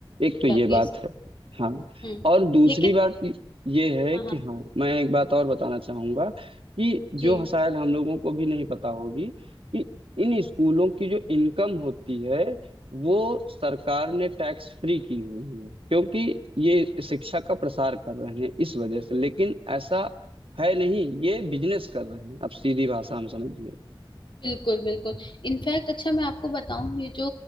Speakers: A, on the right; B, on the left.
A: एक तो ये
B: जाती
A: बात
B: है
A: है हाँ
B: हम्म
A: और दूसरी
B: लेकिन
A: बात ये है
B: हाँ
A: कि
B: हाँ
A: हाँ मैं एक बात और बताना चाहूंगा कि
B: जी
A: जो शायद हम लोगों को भी नहीं पता होगी कि इन स्कूलों की जो इनकम होती है वो सरकार ने टैक्स फ्री की हुई है क्योंकि ये शिक्षा का प्रसार कर रहे हैं इस वजह से लेकिन ऐसा है नहीं ये बिजनेस कर रहे हैं आप सीधी भाषा में समझिए
B: बिल्कुल बिल्कुल इनफैक्ट अच्छा मैं आपको बताऊं ये जो